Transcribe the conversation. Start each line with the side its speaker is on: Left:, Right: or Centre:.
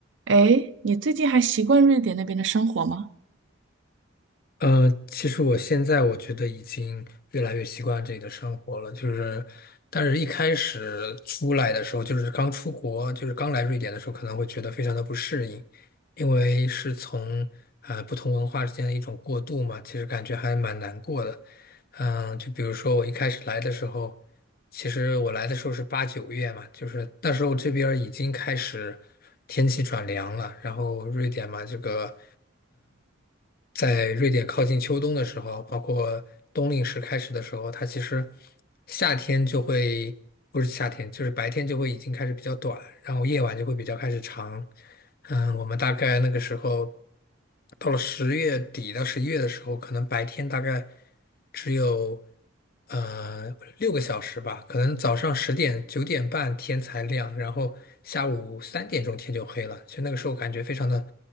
Right: 哎，你最近还习惯瑞典那边的生活吗？
Left: 呃，其实我现在我觉得已经越来越习惯这里的生活了，就是，但是一开始出来的时候，就是刚出国，就是刚来瑞典的时候，可能会觉得非常的不适应，因为是从呃不同文化之间的一种过渡嘛，其实感觉还蛮难过的。嗯，就比如说我一开始来的时候，其实我来的时候是八九月嘛，就是那时候这边儿已经开始天气转凉了，然后瑞典嘛，这个。在瑞典靠近秋冬的时候，包括冬令时开始的时候，它其实夏天就会，不是夏天，就是白天就会已经开始比较短，然后夜晚就会比较开始长。嗯，我们大概那个时候到了十月底到十一月的时候，可能白天大概只有呃六个小时吧，可能早上十点九点半天才亮，然后下午三点钟天就黑了。其实那个时候感觉非常的